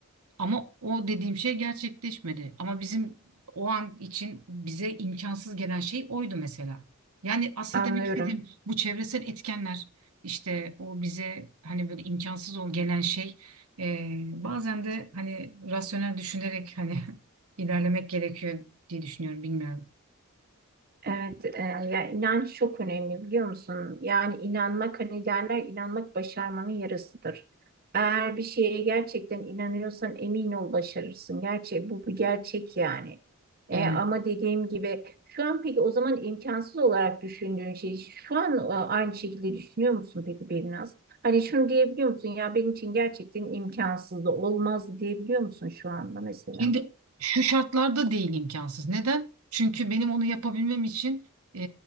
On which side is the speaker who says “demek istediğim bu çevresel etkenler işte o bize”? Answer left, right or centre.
Right